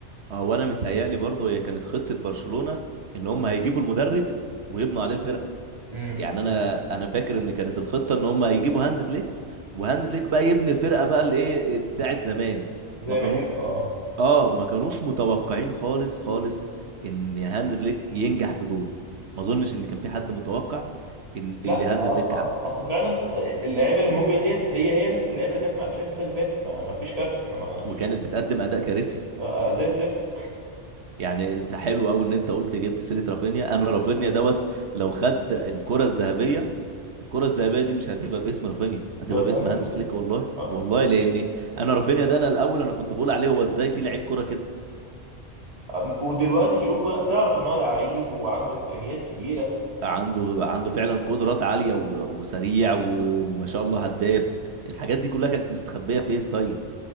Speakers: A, on the right; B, on the right.
A: هو انا متهيألي برضو هي كانت خطه برشلونه ان هم هيجيبوا المدرب ويبنوا عليه الفرقه
B: امم
A: يعني انا انا فاكر ان كانت الخطه ان هم هيجيبوا هانز فليك وهانز فليك بقى يبني الفرقه بقى الايه بتاعت زمان
B: زي
A: ما كانوا
B: ما يحب اه
A: اه ما كانوش متوقعين خالص خالص ان هانز فليك ينجح بدول ما اظنش ان كان في حد متوقع ان
B: لا
A: اللي هانز
B: اصل
A: فليك
B: اصل
A: عمله
B: اصل فعلا اللعيبه اللي موجوده ديت هي هي نفس اللعيبه اللي كانت مع تشافي السنه اللي فاتت ما ما فيش فرق احنا ما
A: وكانت بتقدم اداء كارثي
B: آه، آه، زي الزفت
A: يعني انت حلو قوي ان انت قلت جبت سيره رافينيا انا رافينيا دوت لو خد الكره الذهبيه الكره الذهبيه دي مش هتبقى باسم رافينيا هتبقى
B: فاهم
A: باسم هانز
B: فليك
A: فليك والله
B: اه
A: والله لان انا رافينيا ده انا الاول انا كنت بقول عليه هو ازاي في لعيب كره كده
B: أم- ودلوقتي تشوفه لا تعرف ان هو لعيب وعنده امكانيات كبيره
A: عنده عنده فعلا قدرات عالية و- وسريع و- وما شاء الله هداف الحاجات دي كلها كانت مستخبية فين طيب